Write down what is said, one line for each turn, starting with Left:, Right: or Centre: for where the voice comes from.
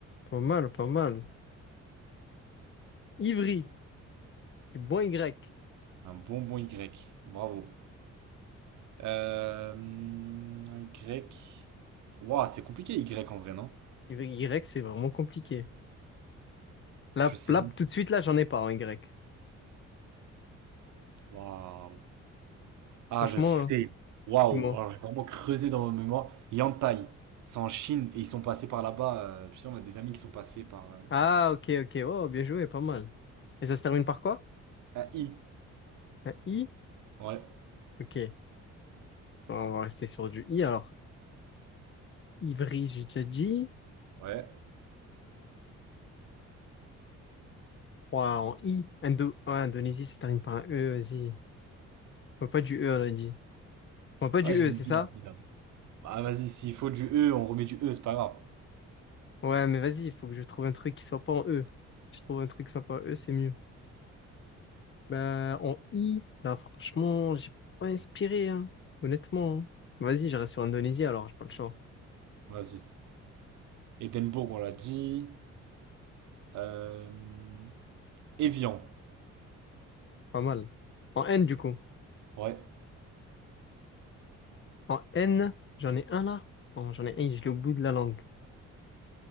Left: Pas mal, pas mal. Ivry. Je suis bon Y.
Right: Un bonbon Y. Bravo. Euh, Y. Waouh, c'est compliqué, Y en vrai, non?
Left: Y, c'est vraiment compliqué. Là,
Right: Je sais
Left: là, tout de suite, là, j'en ai pas en Y.
Right: Waouh. Ah,
Left: Franchement,
Right: je sais.
Left: hein,
Right: Waouh.
Left: dis-moi.
Right: Alors, j'ai vraiment creusé dans ma mémoire. Yantai. C'est en Chine et ils sont passés par là-bas. euh, tu sais, on a des amis qui sont passés par euh,
Left: Ah, ok, ok. Oh, bien joué, pas mal. Et ça se termine par quoi?
Right: un I.
Left: Un I?
Right: Ouais.
Left: Ok. Bon, on va rester sur du I alors. Ivry, j'ai déjà dit.
Right: Ouais.
Left: Ouah, en I. Indo... ouais, Indonésie, ça se termine par un E, vas-y. On va pas du E, on a dit. On va pas
Right: Ah,
Left: du
Right: j'ai
Left: E,
Right: une
Left: c'est
Right: ville.
Left: ça?
Right: Bah, vas-y, s'il faut du E, on remet du E, c'est pas grave.
Left: Ouais, mais vas-y, il faut que je trouve un truc qui soit pas en E. Si je trouve un truc qui soit pas en E, c'est mieux. Bah, en I, là, franchement, j'ai pas inspiré, hein, honnêtement. hein. Vas-y, je reste sur Indonésie, alors, j'ai pas le choix.
Right: Vas-y. Édimbourg, on l'a dit. Euh... Évian.
Left: Pas mal. En N, du coup.
Right: Ouais.
Left: En N, j'en ai un là. Non, j'en ai un, je l'ai au bout de la langue.